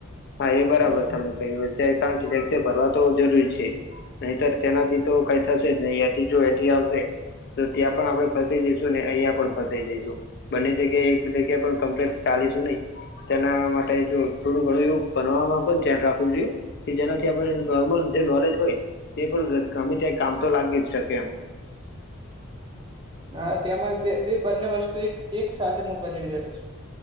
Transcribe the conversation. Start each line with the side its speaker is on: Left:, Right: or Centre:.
Left: હા એ
Right: હમ
Left: બરાબર તમે કયુ કારણ કે <unintelligible> ભરવા તો જરૂરી છે નહીતર તેનાથી તો કઈ થશે જ નહી એટી જો એટી આવશે તો ત્યાં પણ આપડણે ફસાઈ જઈશું ને અહિયાયા પણ ફસાઈ જઈશું બંને જગ્યાએ એક જગ્યા પણ કમ્પ્લીટ ચાલીશું નહી. તેના મા થોડું ઘણું એવું બનવામાં પણ ધ્યાન રાખવું જોઈએ. કે જેનાથી આપણે નોર્મલ જે નોલેજ હોય તે પણ ગમે ત્યાં કામ તો લાગી જ શકે એમ.
Right: હા તેમાં બે બે બંને વસ્તુ એક એક સાથે મકવા કરી રહ્યો છું